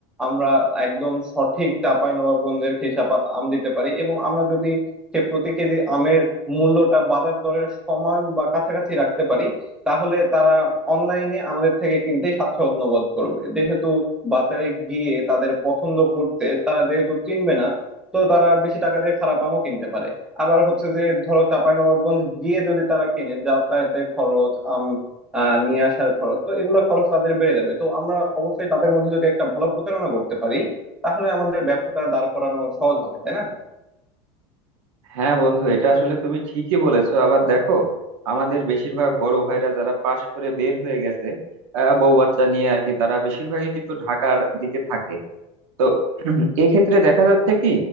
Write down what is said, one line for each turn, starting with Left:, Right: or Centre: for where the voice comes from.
Centre: আমরা একদম সঠিক চাঁপাইনবাবগঞ্জের খেসাপাত আম দিতে পারি এবং আমরা যদি সে প্রতি কেজি আমের মূল্যটা বাজার দরের সমান বা কাছাকাছি রাখতে পারি তাহলে তারা অনলাইনে আমাদের থেকে কিনতে স্বাচ্ছন্দ্য বোধ করবে যেহেতু বাজারে গিয়ে তাদের পছন্দ করতে তারা যেহেতু চিনবে না তো তারা বেশি টাকা দিয়ে খারাপ আমও কিনতে পারে আবার হচ্ছে যে ধরো চাঁপাইনবাবগঞ্জ গিয়ে যদি তারা কিনে যাতায়াতের খরচ আহ নিয়ে আসার খরচ তো এগুলো খরচ তাদের বেড়ে যাবে তো আমরা অবশ্যই তাদের মধ্যে যদি একটা ভালো প্রচারণা করতে পারি তাহলে আমাদের ব্যবসাটা দাঁড় করানো সহজ হবে তাই না
Right: হ্যাঁ বন্ধু এটা আসলে তুমি ঠিকই বলেছো আবার দেখো আমাদের বেশিরভাগ বড় ভাইরা যারা পাশ করে বের হয়ে গেছে আহ, বউ বাচ্চা নিয়ে আর কি তারা বেশিরভাগই কিন্তু ঢাকার দিকে থাকে তো <clears throat> এক্ষেত্রে দেখা যাচ্ছে কি